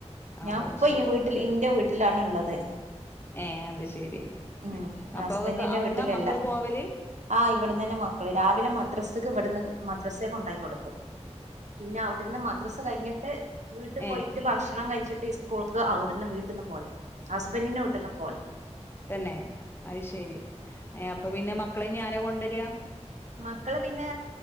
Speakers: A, on the left; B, on the right.
A: ഓ
B: ഞാ
A: അത്
B: ഇപ്പ
A: ശരി
B: അയിന് വീട്ട്ൽ ഇന്റെ വീട്ട് ട്ട്ലാണ് ഇള്ളെത്
A: ഏഹ് അത് ശരി
B: ഉം
A: അപ്പൊ
B: ഹസ്ബെന്റിന്റെ
A: അവിടുന്നാ
B: വീട്ട്ൽ
A: മക്കള്
B: അല്ല
A: പോവല്
B: ആഹ് ഇവെട്ന്നെന്നെ മക്കെൾ രാവിലെ മദ്രാസ്ക്ക് ഇവെട്ന്ന് മദ്രസേക്ക ഉണ്ടാക്കി കൊടുക്കും പിന്നെ അവിടുന്ന് മദ്രസ കഴിഞ്ഞിട്ട് വീട്ടിൽ പോയിട്ട്
A: ഏ
B: ഭക്ഷണം കഴിച്ചിട്ട് ഇ സ്കൂൾക്ക് അവിടന്ന് വീട്ടിന്ന് പോലെ ഹസ്ബൻഡിനെ വിട്ടൊന്നും പോവല്ല്
A: ങേ അത് ശരി ങേ അപ്പൊ പിന്നെ മ ക്കളെ ഇനി ആരാ കൊണ്ടൊരിക
B: മക്കള് പിന്നെ